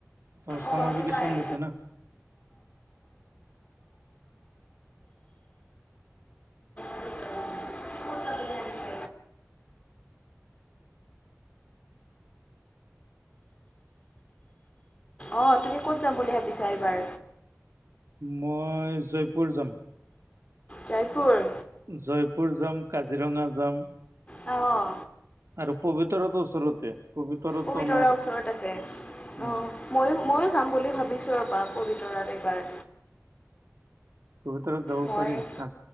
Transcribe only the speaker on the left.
অ সেয়াই
<unintelligible> অঁ তুমি ক'ত যাম বুলি ভাবিছা এইবাৰ?
জয়পুৰ?
অঁ
পবিতৰা
ওচৰত আছে
অ। ময়ো ময়ো যাম বুলি ভাবিছোঁ ৰবা পবিতৰাত এইবাৰ।
মই